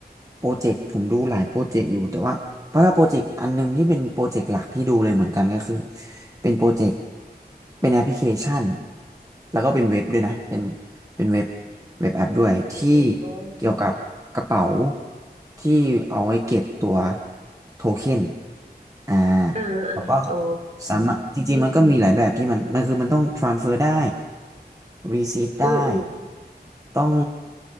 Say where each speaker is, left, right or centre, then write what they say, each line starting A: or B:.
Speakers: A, on the right; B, on the right.
A: โปรเจกต์ผมดูหลายโปรเจกต์อยู่แต่ว่าเพราะถ้าโปรเจกต์อันหนึงที่เป็นโปรเจกต์หลักที่ดูเลยเหมือนกันก็คือเป็นโปรเจกต์เป็นแอปพลิเคชันแล้วก็เป็นเว็บด้วยนะเป็นเป็นเว็บเว็บแอปด้วยที่
B: อ๋อ
A: เกี่ยวกับกระเป๋าที่เอาไว้เก็บตัวโทเค็นอ่า
B: อ่าอ่าอ๋อ
A: แล้วก็สามารถจริงๆมันก็มีหลายแบบที่มันมันคือมันต้อง transfer ได้ receive ได้
B: อืมอืม
A: ต้อง